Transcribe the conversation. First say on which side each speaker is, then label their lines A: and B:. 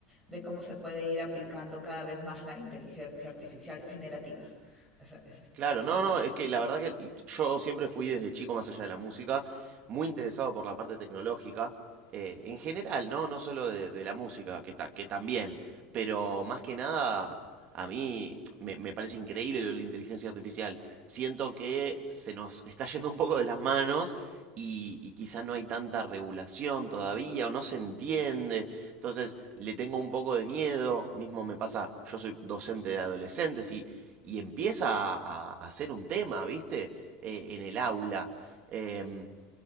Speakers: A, in the centre; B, on the right.
A: de cómo se puede ir aplicando cada vez más la inteligencia artificial generativa. Esa, esa,
B: Claro, no,
A: esa.
B: no, es que la verdad que yo siempre fui desde chico, más allá de la música, muy interesado por la parte tecnológica, eh, en general, ¿no? No solo de, de la música, que, ta- que también, pero más que nada, a mí me, me parece increíble lo de la inteligencia artificial. Siento que se nos está yendo un poco de las manos y, y quizá no hay tanta regulación todavía o no se entiende. Entonces, le tengo un poco de miedo, mismo me pasa, yo soy docente de adolescentes y y empieza a, a hacer un tema, ¿viste? Eh, en el aula. Eh,